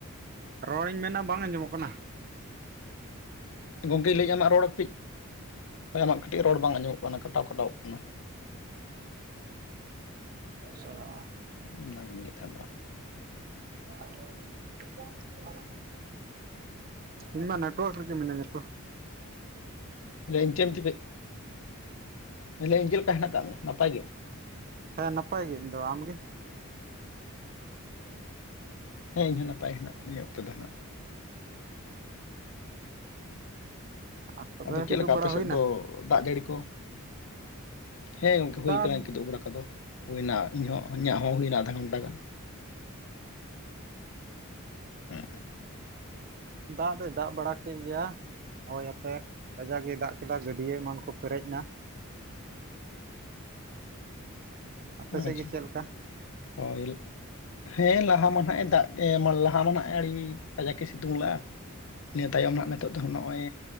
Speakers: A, on the right; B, on the left.
A: ᱨᱚᱲᱤᱧ ᱢᱮᱱᱟ ᱵᱟᱝ ᱟᱸᱡᱚ ᱢᱚᱜ ᱠᱟᱱᱟ
B: ᱜᱚᱝᱠᱮ ᱞᱟᱹᱭ ᱟᱢᱟᱜ ᱨᱚᱲ ᱠᱟᱹᱡᱤᱡ ᱟᱢᱟᱜ ᱠᱟᱹᱴᱤᱡ ᱨᱚᱲ ᱵᱟᱝ ᱟᱸᱡᱚ ᱢᱚᱜ ᱠᱟᱱᱟ ᱠᱟᱴᱟᱣ ᱠᱟᱴᱟᱣ ᱚᱜ ᱠᱟᱱᱟ
A: ᱟᱪᱪᱷᱟ
B: ᱚᱱᱟᱜᱤᱧ ᱞᱟᱹᱭ ᱛᱟᱦᱮᱸ ᱟᱫᱚ
A: <unintelligible> <inaudible> ᱤᱧ ᱢᱟ ᱱᱮᱴᱣᱟᱹᱠ ᱨᱮᱜᱮ ᱢᱤᱹᱱᱟᱹᱧᱟ ᱛᱚ᱾
B: ᱞᱟᱹᱭ ᱤᱧ ᱪᱮᱫ ᱮᱢ ᱪᱤᱠᱟᱹ ᱞᱟᱹᱭ ᱤᱧ ᱪᱮᱫ ᱞᱮᱠᱟ ᱦᱮᱱᱟᱜ ᱟᱠᱟᱫ ᱢᱮᱭᱟ ᱱᱟᱯᱟᱭ ᱜᱮ?
A: ᱦᱮᱸ ᱱᱟᱯᱟᱭ ᱜᱮ ᱤᱧ ᱫᱚ᱾ ᱟᱢ ᱜᱮ?
B: ᱦᱮ ᱤᱧ ᱦᱚᱸ ᱱᱟᱯᱟᱭ ᱦᱮᱱᱟᱜ ᱠᱟᱫᱤᱧᱟ ᱱᱤᱭᱟᱹ ᱚᱠᱛᱚ ᱫᱚ ᱱᱟ ᱦᱟᱜ᱾
A: ᱟᱨ ᱛᱚᱵᱮ
B: ᱟᱫᱚ ᱪᱮᱫ
A: ᱠᱤᱫᱩᱵ
B: ᱞᱮᱠᱟ
A: ᱵᱟᱲᱟ
B: ᱟᱯᱮ ᱥᱮᱫ
A: ᱦᱩᱭᱱᱟ
B: ᱫᱚ ᱫᱟᱜ ᱡᱟᱹᱲᱤ ᱠᱚ ᱾ ᱦᱮᱸ ᱜᱚᱝᱠᱮ ᱦᱩᱭ
A: ᱫᱟᱜ
B: ᱠᱟᱱᱟ ᱠᱤᱫᱩᱵ ᱵᱟᱲᱟ ᱠᱚᱫᱚ ᱾ ᱦᱩᱭᱱᱟ ᱤᱧᱦᱚᱸ ᱤᱧᱟᱹᱜ ᱦᱚᱸ ᱦᱩᱭᱱᱟ ᱟᱫᱷᱟ ᱜᱷᱚᱱᱴᱟ ᱜᱟᱱ ᱾ ᱦᱮᱸ
A: ᱫᱟᱜ ᱫᱚᱭ ᱫᱟᱜ ᱵᱟᱲᱟ ᱠᱮᱫ ᱜᱮᱭᱟ ᱦᱚᱳᱭ ᱟᱛᱮ ᱠᱟᱡᱟᱠ ᱮ ᱫᱟᱜ ᱠᱮᱫᱟ ᱜᱟᱹᱰᱭᱟᱹ ᱮᱢᱟᱱ ᱠᱚ ᱯᱮᱨᱮᱡ ᱮᱱᱟ ᱾ ᱟᱯᱮ
B: ᱟᱪᱪᱷᱟ
A: ᱥᱮᱫ ᱜᱮ ᱪᱮᱫ ᱞᱮᱠᱟ?
B: ᱦᱳᱭ ᱦᱮᱸ ᱞᱟᱦᱟ ᱢᱟ ᱦᱟᱜ ᱮ ᱫᱟᱜ ᱠᱮᱫ ᱾ ᱞᱟᱦᱟ ᱢᱟ ᱟᱹᱰᱤ ᱠᱟᱡᱟᱠ ᱮ ᱥᱤᱛᱩᱝ ᱞᱟᱜᱼᱟ ᱱᱤᱭᱟᱹ ᱛᱟᱭᱚᱢ ᱱᱟᱜ ᱱᱤᱛᱚᱜ ᱫᱚ ᱱᱚᱜᱼᱚᱭ